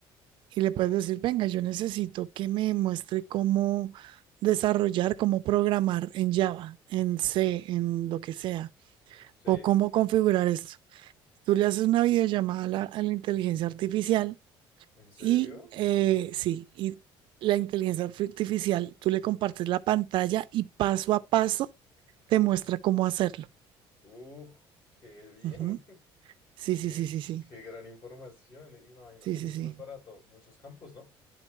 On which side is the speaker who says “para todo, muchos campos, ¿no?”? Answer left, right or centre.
Left